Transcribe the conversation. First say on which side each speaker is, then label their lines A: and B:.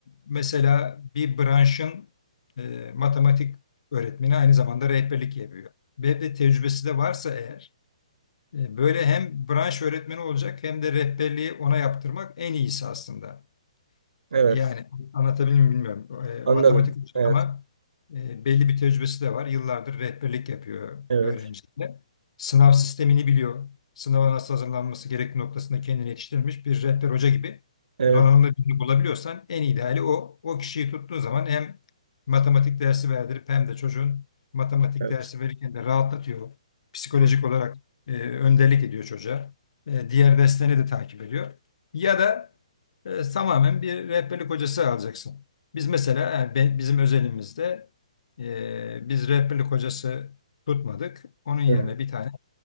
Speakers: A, on the left (about 65°); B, on the right (about 85°).
A: mesela bir branşın e, matematik öğretmeni aynı zamanda rehberlik yapıyor. Ve de tecrübesi de varsa eğer e, böyle hem branş öğretmeni olacak hem de rehberliği ona yaptırmak en iyisi aslında.
B: Evet.
A: Yani anlatabildim mi bilmiyorum. E,
B: Anladım.
A: matematik hocası
B: Evet,
A: ama e, belli bir tecrübesi de var. Yıllardır rehberlik yapıyor
B: evet,
A: öğrencilere. Sınav sistemini biliyor. Sınava nasıl hazırlanması gerektiği noktasında kendini yetiştirmiş bir rehber hoca gibi
B: evet,
A: donanımlı birini bulabiliyorsan en ideali o. O kişiyi tuttuğun zaman hem matematik dersi verdirip hem de çocuğun matematik
B: evet.
A: dersi verirken de rahatlatıyor. Psikolojik
B: Hı,
A: olarak e, önderlik ediyor çocuğa. E, diğer derslerini de takip ediyor. Ya da e, tamamen bir rehberlik hocası alacaksın. Biz mesela yani ben- bizim özelimizde e, biz rehberlik hocası tutmadık. Onun yerine
B: hı,
A: bir tane